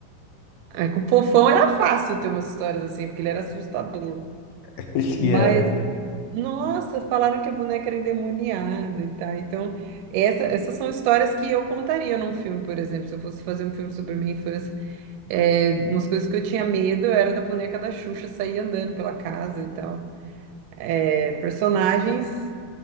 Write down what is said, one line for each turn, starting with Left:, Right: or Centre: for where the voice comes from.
Right: Aí, com o Fofão era fácil ter umas histórias assim, porque ele era assustador.
Left: <laughs> Ele
Right: Mas,
Left: é,
Right: nossa, falaram que a boneca era endemoniada e tal. Então, essa- essas são histórias que eu contaria num filme, por exemplo. Se eu fosse fazer um filme sobre a minha infância, é, umas coisas que eu tinha medo era da boneca da Xuxa sair andando pela casa e tal. É, personagens